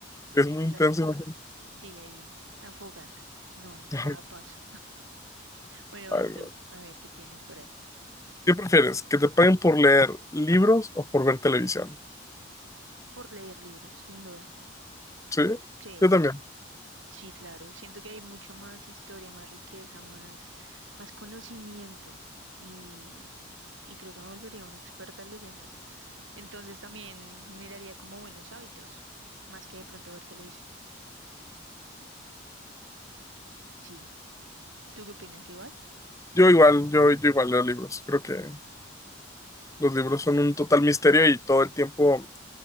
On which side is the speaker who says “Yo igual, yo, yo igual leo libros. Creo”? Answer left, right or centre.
Left